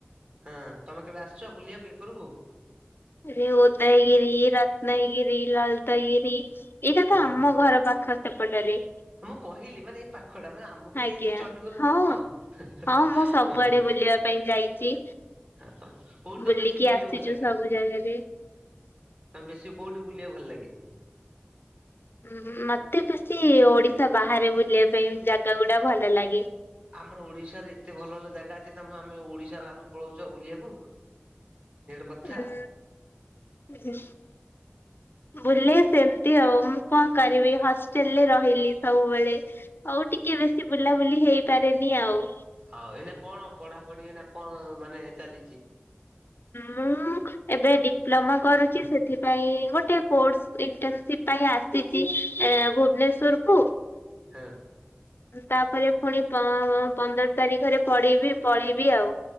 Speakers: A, on the right (about 35°); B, on the left (about 60°).
A: ହଁ ତମେ କେବେ ଆସିଛ ବୁଲିବାକୁ ଏକରକୁୁ?
B: ରେ ଉଦୟଗିରି ରତ୍ନଗିରି ଲଳିତଗିରି। ଏଇଟା
A: ହଁ
B: ତ ଆମ ଘର ପାଖ ସେପଟରେ।
A: ମୁଁ କହିଲି ମାନେ ଏଇ ପାଖ ଟା ମାନେ ଆମ ବି
B: ଆଜ୍ଞା
A: ହେଇଛି ଚଣ୍ଡିଖୋଲ।
B: ହଁ
A: ହଁ
B: ହଁ ମୁଁ ସବୁଆଡେ
A: ହଁ।
B: ବୁଲିବା ପାଇଁ ଯାଇଛି।
A: ହଁ ତ କୋଉଠି
B: ବୁଲିକି
A: ତମେ ବେଶୀ ବୁଲିବାକୁ
B: ଆସିଛୁ
A: ଭଲ ଲାଗେ?
B: ସବୁ ଜାଗାରେ।
A: ତମେ ବେଶୀ କୋଉଠି ବୁଲିବାକୁ ଭଲ ଲାଗେ?
B: ଉଁ ମତେ ବେଶୀ ଓଡିଶା ବାହାରେ ବୁଲିବା ପାଇଁ ଜାଗା ଗୁଡା ଭଲ ଲାଗେ।
A: ଆମର ଓଡିଶାରେ ଏତେ ଭଲ ଭଲ ଜାଗା ଅଛି। ତମ ଆମେ ଓଡିଶା ବାହାରୁକୁ ପଳଉଛ ବୁଲିବାକୁ। ଇଏ ଗୋଟେ କଥା
B: ହୁଁ ହୁଁ। ବୁଲେ ସେମତି ଆଉ ମୁଁ କଣ କରିବି ହଷ୍ଟେଲରେ ରହିଲି। ସବୁବେଳେ ହଉ ଟିକେ ବେଶୀ ବୁଲାବୁଲି ହେଇପାରେନି ଆଉ।
A: ହଉ ଏଇନା କଣ ପଢାପଢି ଏନା କଣ ମାନେ ଚାଲିଛି।
B: ମୁଁ ଏବେ ଡିପ୍ଲୋମା କରୁଛି। ସେଥିପାଇଁ ଗୋଟେ କୋର୍ସ ଇଣ୍ଟନସିପ ପାଇଁ ଆସ ସିଜି ଆଁ ଭୁବନେଶ୍ଵର କୁ।
A: ହୁଁ।
B: ତାପରେ ପୁଣି ପ ପନ୍ଦର ତାରିଖରେ ପିଡିବି ପଳେଇବି ଆଉ।